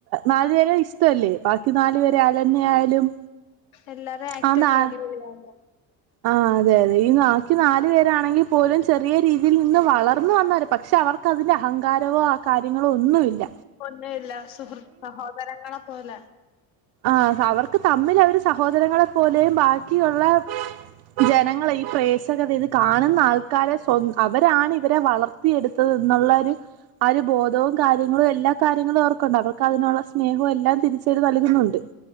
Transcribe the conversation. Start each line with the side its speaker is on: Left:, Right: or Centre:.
Right: നാല് പേരിം ഇഷ്ടമല്ലേ? ബാക്കി നാലു പേരെ അലന്നെ ആയാലും
Left: എല്ലാരെ ആക്ട്
Right: ആ ന്നാ
Left: ഒക്കെ അടിപൊളിയാണ്
Right: ആ അതെ അതെ ഈ ബാക്കി നാല് പേരാണെങ്കിൽ പോലും ചെറിയ രീതിയിൽ നിന്നും വളർ വളർന്ന് വന്നവര പക്ഷെ അവർക്ക് അതിന്റെ അഹങ്കാരവോ ആ കാര്യങ്ങളോ ഒന്നുവില്ല
Left: ഒന്നും ഇല്ല സുഹൃത് സഹോദരങ്ങളെ പോലെ
Right: ആ അവർക്ക് തമ്മിൽ അവര് സഹോദരങ്ങളെ പോലെയും ബാക്കിയുള്ള ജനങ്ങളെ ഈ പ്രേക്ഷകത ഇത് കാണുന്ന ആൾക്കാരെ സ്വ അവരാണ് ഇവരെ വളർ വളർത്തി എടുത്തത് എന്നുള്ള ഒരു ആ ഒരു ബോധവും കാര്യങ്ങളും എല്ലാ കാര്യങ്ങളും അവർക്കുണ്ട് അവർക്ക് അതിനുള്ള സ് സ്നേഹും എല്ലാം തിരിച്ചവര് നൽകുന്നുണ്ട്